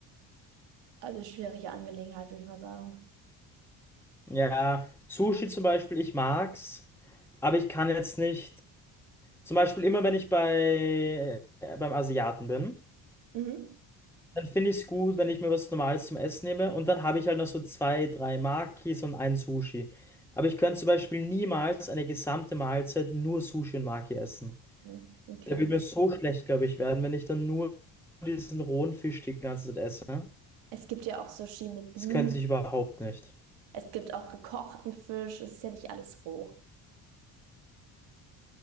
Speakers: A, on the right; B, in the centre.
A: Also schwierige Angelegenheit, würde ich mal sagen.
B: Ja, Sushi zum Beispiel, ich mag's, aber ich kann jetzt nicht. Zum Beispiel immer, wenn ich bei äh, beim Asiaten bin,
A: Mhm.
B: dann finde ich es gut, wenn ich mir was Normales zum Essen nehme und dann habe ich halt noch so zwei, drei Makis und ein Sushi. Aber ich könnte zum Beispiel niemals eine gesamte Mahlzeit nur Sushi und Maki essen.
A: Mhm, Okay.
B: Da wird mir so schlecht, glaube ich, werden, wenn ich dann nur diesen rohen Fisch die ganze Zeit esse.
A: Es gibt ja auch Sushi mit Gemüse.
B: Das könnte ich überhaupt nicht.
A: Es gibt auch gekochten Fisch. Es ist ja nicht alles roh.